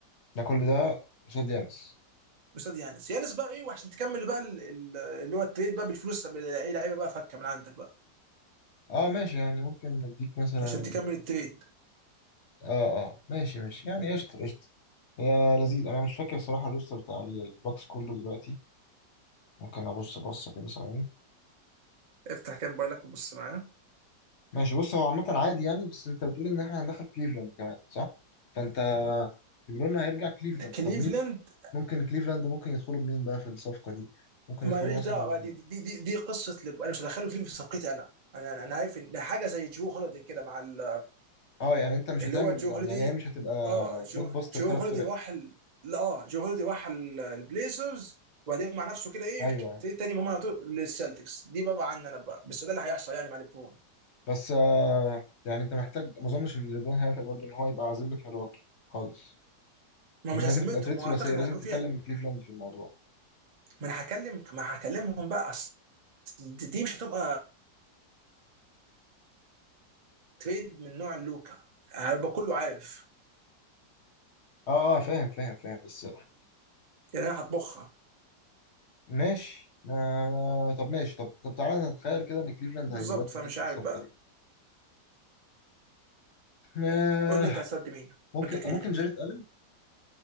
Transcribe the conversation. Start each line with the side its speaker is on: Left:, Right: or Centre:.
Left: ده كل ده قصاد يانس
Right: قصاد يانس يانس بقى ايه وعشان تكمل بقى ال- ال- اللي هو التريد بقى بالفلوس اي لعيبه بقى فكه من عندك بقى
Left: اه ماشي يعني ممكن اديك مثلا
Right: عشان تكمل التريد
Left: اه اه ماشي ماشي يعني قشطة قشطة هي لذيذ انا مش فاكر صراحة الروستر بتاع ال- الباكس كله دلوقتي ممكن ابص بصة كده ثواني
Right: افتح كان موبايلك وبص معاه
Left: ماشي بص هو عامة عادي يعني بس انت بتقول ان احنا هندخل كليفلاند كمان صح فانت ليبرون هيرجع كليفلاند
Right: كليفلاند
Left: طب مين ممكن كليفلاند ممكن يدخلوا بمين بقى في الصفقة دي ممكن
Right: ماليش
Left: يدخلوا مثلا
Right: دعوه بقى دي دي دي, دي قصه لب... انا مش هدخله كليفلاند في صفقتي انا انا انا أنا عارف ان ده حاجه زي جو هوليدي كده مع ال...
Left: اه يعني انت مش
Right: اللي
Left: هتعمل
Right: هو جو هوليدي
Left: يعني هي مش هتبقى
Right: اه جو
Left: بلوك باستر
Right: جو
Left: ثلاث
Right: هوليدي
Left: فرق
Right: راح ال- لا اه جو هوليدي راح ال- البليزرز وبعدين مع نفسه كده ايه
Left: ايوه أيوه.
Right: ابتدي تاني هم على طول للسلتكس دي بره عني انا بقى بس ده اللي هيحصل يعني مع ليبرون
Left: بس آه يعني انت محتاج ما اظنش ان ليبرون هيوافق برضه ان هو يبقى على ذمه ملواكي خالص
Right: ما
Left: يعني
Right: مش هسميتهم
Left: لازم تبقى تريد
Right: واعتقد
Left: ثلاثيه
Right: ان
Left: لازم
Right: هيكون
Left: تكلم
Right: فيها
Left: كليفلاند في الموضوع
Right: ما انا هكلم ما هكلمهم بقى أصل دي دي مش هتبقى تريد من نوع لوكا هيبقى كله عارف
Left: اه اه فاهم فاهم فاهم بس
Right: يعني انا هطبخها
Left: ماشي آه طب ماشي طب طب تعالى نتخيل كده ان كليفلاند
Right: بالظبط
Left: هيودي
Right: فمش
Left: مين في
Right: عارف
Left: الصفقه
Right: بقى
Left: دي آه
Right: قول لي انت هتسد مين
Left: ممكن
Right: وانت كليفلاند
Left: ممكن جاريت الن